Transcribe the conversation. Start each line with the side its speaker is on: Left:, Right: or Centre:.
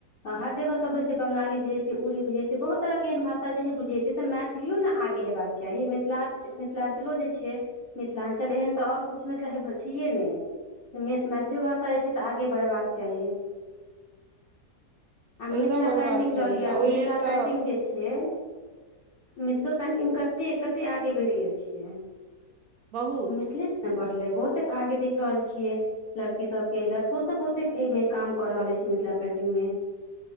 Left: हर जगह पे छे बंगाली बुझे छेय उरदृ बृझे छे बहुत तरह के एहन भाषा छे बूंझे छे त मै मैथिलियओ ने आबे हेबा कऽ चाही मिथिलाञ मिथिलाञ्चलो जे छे मिथिलाञ्चल एहन त आओर कुछु मतलब हा छेये ने मैथिली भाषा जे छे से आगे बढ़ बाक चाही आ मिथिला
Right: एकदम बढ़बाक
Left: पेन्टिंग
Right: चाही
Left: लऽ लिआ
Right: आ ओहि
Left: मिथिला
Right: लेल तऽ
Left: पेन्टिंग जे छे मिथिलो पेन्टिंग कते कते आगे बढ़ गेल छै
Right: बहुत
Left: मिथिले से ने बढ़ले बहुते आगे देख रहल लिये। लड़की सभ के लड़को सभ बहुते ऐह मे काम कऽ रहले छे मिथिला पेंटिंग मे